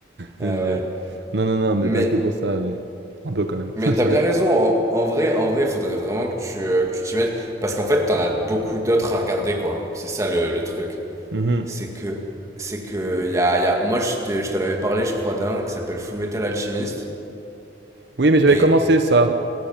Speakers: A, on the right (about 65°); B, on the right (about 15°).
A: Je-
B: Ah ouais.
A: Non, non, non, mais
B: Mais,
A: pas que pour ça, mais un peu quand même.
B: mais
A: <laughs> Je
B: t'as
A: rigole.
B: bien raison. En, en vrai, en vrai, il faudrait vraiment que tu, euh, que tu t'y mettes. Parce qu'en fait, t'en as beaucoup d'autres à regarder, quoi. C'est ça le, le truc.
A: Mhm.
B: C'est que, c'est que, y a, y a... moi, je t'ai- je t'en avais parlé, je crois, d'un qui s'appelle Full Metal Alchemist.
A: Oui, mais j'avais
B: Et,
A: commencé ça.